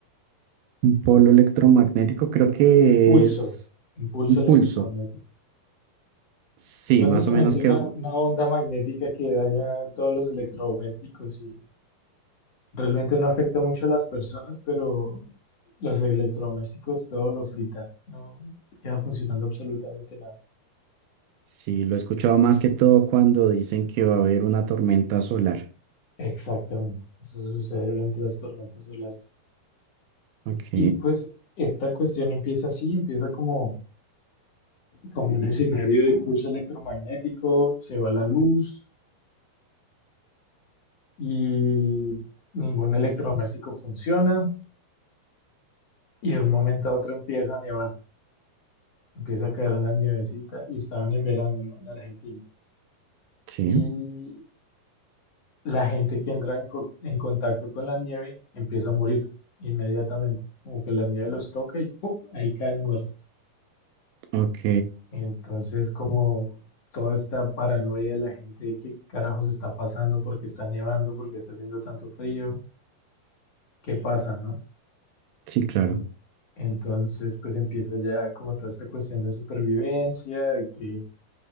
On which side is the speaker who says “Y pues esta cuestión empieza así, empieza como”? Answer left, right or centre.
Left